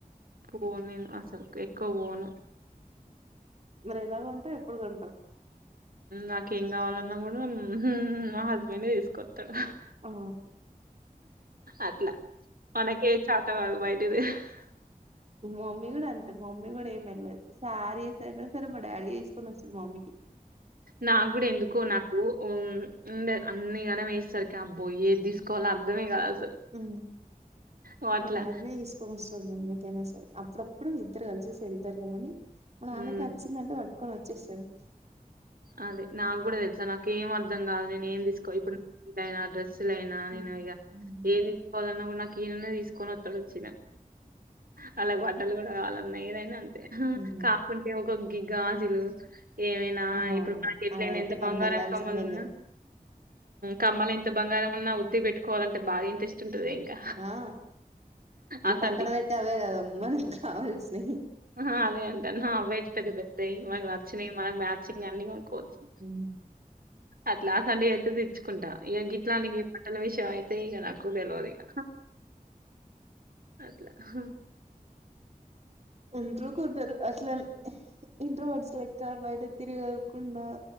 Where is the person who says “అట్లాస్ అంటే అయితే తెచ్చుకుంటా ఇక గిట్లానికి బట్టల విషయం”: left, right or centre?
Right